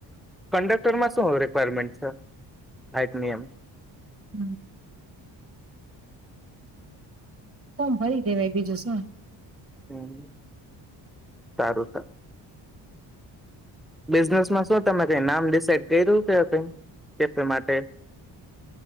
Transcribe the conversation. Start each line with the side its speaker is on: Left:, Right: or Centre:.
Centre: કંડક્ટરમાં શું રિક્વાયરમેન્ટ છે હાઈટની એમ
Right: હમ ફોમ ભરી દેવાય બીજું શું
Centre: હમ સારું ત બિઝનેસમાં શું તમે કઈ નામ ડિસાઈડ કર્યું કે કઈ કેફ માટે